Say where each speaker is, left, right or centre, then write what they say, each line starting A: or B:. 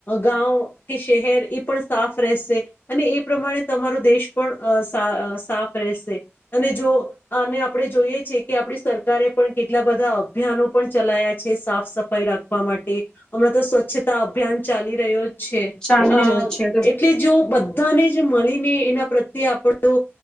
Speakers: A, on the left; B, on the left.
A: ગાવ કે શહેર એ પણ સાફ રહેશે, અને એ પ્રમાણે તમારો દેશ પણ સાફ રહેશે. અને જો આને આપણે જોઈએ છેએ કે આપણી સરકારે પણ કેટલા બધા અભિયાનો પણ ચલાયા છે સાફ સફાઈ રાખવા માટે, હમણાં તો સ્વચ્છતા અભિયાન ચાલી રહ્યો છે,
B: ચાલી
A: અ
B: રહ્યું છે
A: એટલે જો બધ બધાને જ મળીને એના પ્રત્યે આપણો,